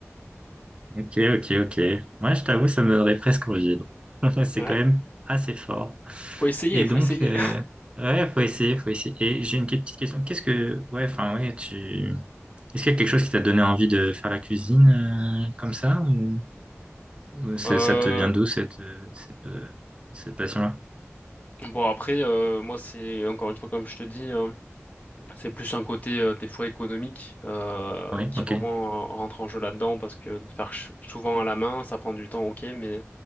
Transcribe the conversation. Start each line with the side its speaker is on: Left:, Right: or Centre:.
Right: Ok, ok, ok. Moi, je t'avoue, ça me donnerait presque envie. donc. <laughs> C'est
Left: Ouais.
Right: quand même assez fort.
Left: Faut essayer,
Right: Et
Left: faut
Right: donc,
Left: essayer.
Right: euh,
Left: <laughs>
Right: ouais, faut essayer, faut essayer. Et j'ai une petite question. Qu'est-ce que, ouais, enfin, ouais, tu Est-ce qu'il y a quelque chose qui t'a donné envie de faire la cuisine euh, comme ça ou, ou c'est-
Left: Euh,
Right: ça te vient d'où cette euh, cette, euh, cette passion-là?
Left: bon après euh, moi c'est encore une fois comme je te dis. hein, C'est plus un côté euh, des fois économique euh,
Right: Oui,
Left: qui
Right: ok.
Left: vraiment euh, rentre en jeu là-dedans parce que de faire ch- souvent à la main, ça prend du temps, ok, mais